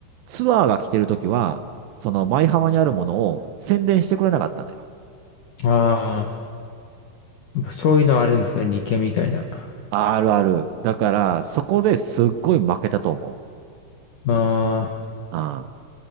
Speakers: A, on the right; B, on the left.
A: ツアーが来てるときは、その舞浜にあるものを宣伝してくれなかったんだよ。
B: ああ、やっぱそういうのあるんですね。理系みたいな。あ
A: あるある。だから、そこですっごい負けたと思う。
B: あ。
A: ああ。